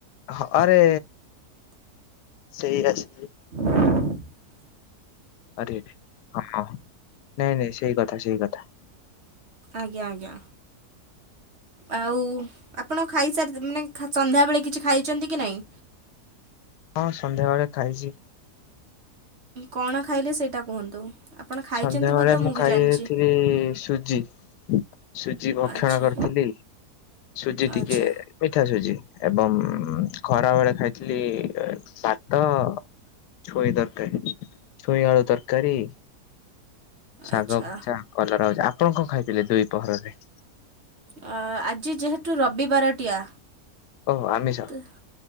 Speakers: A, on the left (about 85°); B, on the right (about 45°).
A: ହଁ ଆରେ ସେଇ ଆସ
B: <inaudible>
A: ଆରେ ଆରେ ହଁ ନାଇଁ ନାଇଁ ସେଇ କଥା ସେଇ କଥା।
B: ଆଜ୍ଞା, ଆଜ୍ଞା। ଆଉ ଆପ ଆପଣ ଖାଇ ସାରି ମାନେ ସନ୍ଧ୍ୟାବେଳେ କିଛି ଖାଇଚନ୍ତି କି ନାହିଁ?
A: ହଁ ସନ୍ଧ୍ୟାବେଳେ ଖାଇଚି।
B: କଣ ଖାଇଲେ ସେଇଟା କୁହନ୍ତୁ? ଆପଣ ଖାଇଛନ୍ତି
A: ସନ୍ଧ୍ୟାବଳେ
B: ବୋଲି ତ
A: ମୁଁ ଖାଇଥିଲି
B: ବି ଜାଣିଛି
A: ସୁଜି। ସୁଜି ଭକ୍ଷଣ
B: ଆଚ୍ଛା
A: କରିଥିଲି। ସୁଜି ଟିକେ
B: ଆଚ୍ଛା
A: ପିଠା ସୁଜି। ଏବଂ ଉଁ, ଖରା ବେଳେ ଖାଇଥିଲି ଏ ଭାତ ଛୁଇଁ ତରକାରୀ, ଛୁଇଁ ଆଳୁ ତରକାରୀ ଶାଗ
B: ଆଚ୍ଛା
A: ଭଜା, କଲରା ଭଜା। ଆପଣ କଣ ଖାଇଥିଲେ ଦୁଇ ପୋହରରେ?
B: ଅ, ଆଜି ଯେହେତୁ ରବିବାରଟିଆ
A: ଓହୋ ଆମିଷ
B: ତ